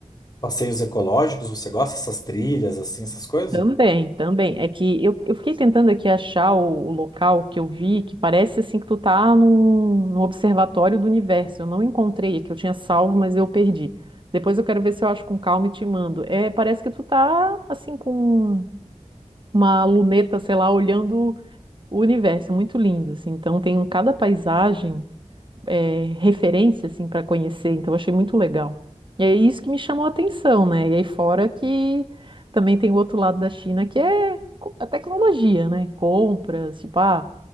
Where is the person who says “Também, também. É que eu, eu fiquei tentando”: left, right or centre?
Right